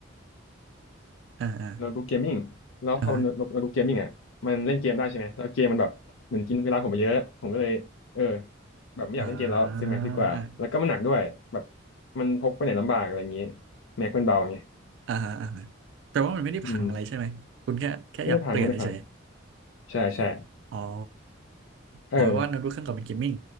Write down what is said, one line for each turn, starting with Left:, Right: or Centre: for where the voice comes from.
Right: อ่าอ่า
Left: โน้ตบุ๊กเกมมิ่งแล้วพอเป็นโน้ตบุ๊กเกมมิ่งอ่ะมันเล่นเกมได้ใช่ไหม
Right: อ่าฮะ
Left: แล้วเกมมันแบบเหมือนกินเวลาผมไปเยอะ ผมก็เลยเออแบบไม่อยากเล่นเกมแล้วซื้อแม็กดีกว่า
Right: อ่า
Left: แล้วก็มันหนักด้วยแบบมันพกไปไหนลำบากอะไรอย่างนี้แม็กมันเบาไง
Right: อ่าฮะอ่าฮะแต่ว่ามันไม่ได้พังอะไรใช่ไหมคุณแค่แค่อยากเปลี่ยนเฉย
Left: อืมไม่ได้พังไม่ได้พังใช่ใช่
Right: ๆอ๋อ
Left: เออ
Right: อ๋อเพราะว่าโน้ตบุ๊กเครื่องเก่าเป็นเกมมิ่ง